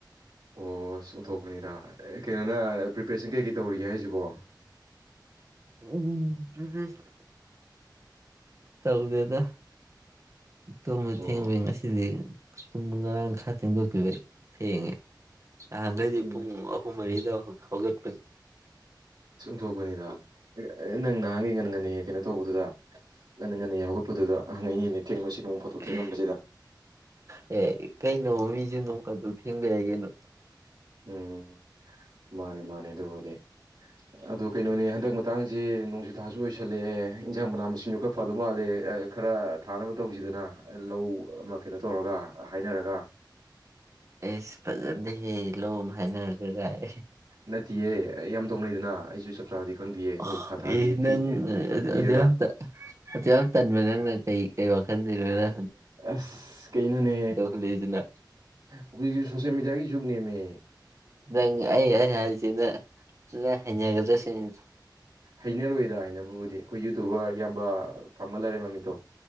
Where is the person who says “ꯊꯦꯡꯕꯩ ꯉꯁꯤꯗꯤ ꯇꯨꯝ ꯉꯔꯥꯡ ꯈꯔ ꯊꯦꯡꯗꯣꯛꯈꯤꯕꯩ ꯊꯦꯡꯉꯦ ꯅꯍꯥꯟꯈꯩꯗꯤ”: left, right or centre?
Right